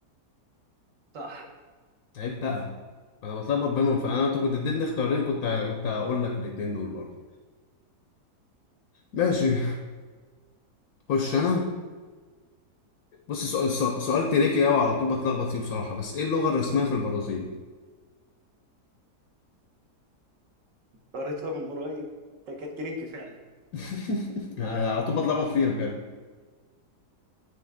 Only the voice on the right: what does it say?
صح
قريتها من قريب ده كانت تريكي فعلا